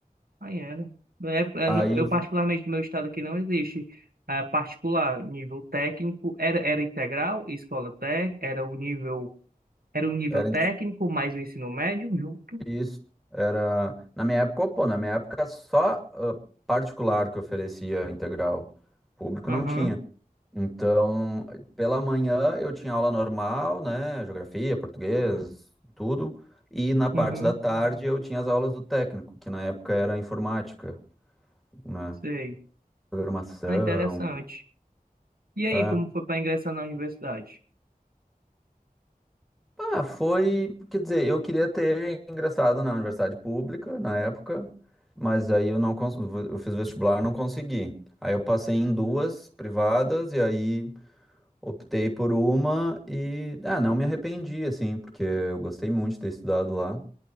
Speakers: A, on the right; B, in the centre.
A: Aí era. É, é,
B: Aí
A: no- eu, particularmente, no meu estado aqui não existe eh, particular. Nível técnico era, era integral, escola técnica, era o nível, era o nível
B: era
A: técnico mais o ensino médio junto.
B: Isso. Era. Na minha época, pô, na minha época só ah, particular que oferecia integral. Público
A: Aham,
B: não tinha. Então, pela manhã eu tinha aula normal, né? Geografia, português, tudo. E na parte
A: uhum,
B: da tarde eu tinha as aulas do técnico, que na época era informática, né?
A: sei.
B: Programação.
A: Ah, interessante. E aí,
B: é.
A: como foi para ingressar na universidade?
B: Ah, foi, quer dizer, eu queria ter ingressado na universidade pública na época, mas aí eu não cons... eu fiz vestibular, não consegui. Aí eu passei em duas privadas e aí optei por uma e ah, não me arrependi assim, porque eu gostei muito de ter estudado lá.